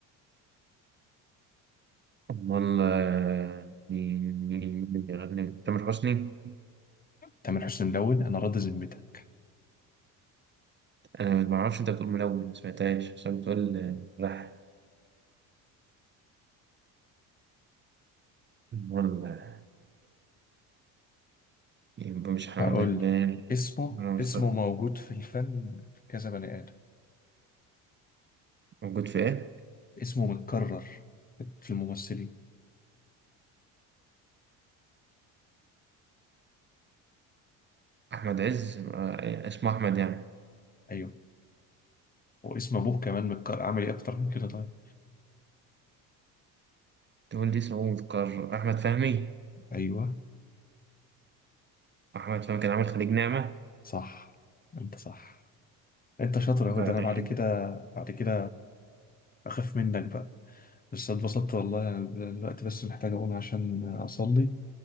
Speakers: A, on the right (about 30°); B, on the left (about 20°).
A: أمال آه، مين مين مين بيغني؟ تامر حسني؟
B: تامر حسني ملون انا راضي ذمتك
A: أنا ما أعرفش أنت بتقول ملون ما سمعتهاش عشان بتقول آه، ملحن أمال آه، يبقى مش حمادة
B: هقول
A: هلال
B: لك اسمه
A: ولا مصطفى
B: اسمه موجود في الفن في كذا بني ادم
A: موجود في إيه؟
B: اسمه متكرر في الممثلين
A: أحمد عز آه، اسمه أحمد يعني
B: ايوه واسم ابوه كمان متكرر اعمل ايه اكتر من كده طيب
A: تقول لي اسمه مذكر أحمد فهمي
B: ايوه
A: أحمد فهمي كان عامل خليج نعمة
B: صح انت صح انت شاطر
A: بعد
B: اهو ده انا
A: يعني
B: بعد كده بعد كده اخاف منك بقى بس اتبسطت والله انا دلوقتي بس محتاج اقوم عشان اصلي